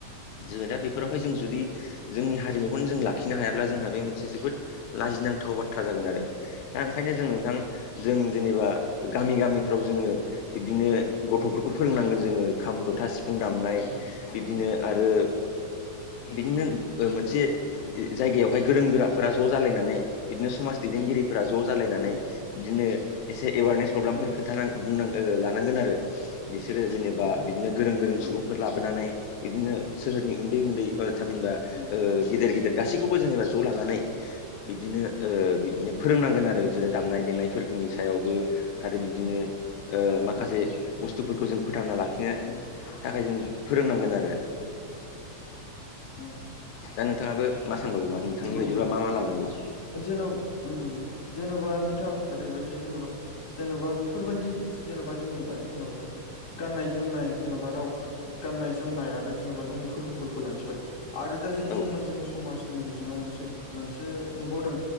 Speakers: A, on the left; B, on the left.
A: जोङो दा बेफोरावहाय
B: उम
A: जों जुदि जोंनि हारिमुखौनो जों लाखिनो हायाब्ला जोंहा बे मोनसे जोबोद लाजिनांथाव बाथ्रा जागोन आरो दा ओंखायनो जों नोंथां जों जेनेबा गामि गामिफ्राव जोङो बिब्दिनो गथ'फोरखौ फोरोंनांगोन जोङो खाम जथा सि फां दामनाय
B: उम
A: बिदिनो आरो बिदिनो मोनसे जायगायावहाय गोरों गोराफोरा ज' जालायनानै बिदिनो समाज दैदेनगिरिफोरा ज' जालायनानै
B: उम
A: बिदिनो एसे एवारने प्रग्रामफोर
B: उम उम
A: खोन्थानां बुंनां लानांगोन आरो बिसोरो जेनेबा
B: उम
A: बिदिनो गोरों गोरों
B: उम
A: सुबुं फोर लाबोनानै बिदिनो सोहोरनि उन्दै उन्दै थामिनबा
B: उम उम
A: ओ गेदिर गिदिर गासैखौबो जेनेबा ज' लानानै बिदिनो ओ बिदिनो फोरोंनांगोन आरो दामनाय देनाय फोरनि सायावबो आरो बिबदिनो ओ माखासे
B: उम
A: बुस्थुफोरखौ जों फोथांना लाखि नो
B: उम
A: थाखाय जों फोरोंनांगोन आरो
B: ओं
A: दा नोंथाङाबो मा सानबावौ नोंथांनि
B: नोंथां।
A: बायदिब्ला मा मा लानांगौ
B: जेन' उम जेन'बा नोंथां ओरैबायाददि जेन'बा जेन'बा बेफोरबायदि जेन'बा जों नुबाय जेन'बा गाननाय जोमनाय जेन'बा राव हा गाननाय जोमनाय आरो जेनेबा जोंनि फोरबोफोरखौ लाखिबाय आरो दा जों
A: औ
B: समा जोंनि समाजनि बिजोङाव मोनसे मोनसे नुबावदों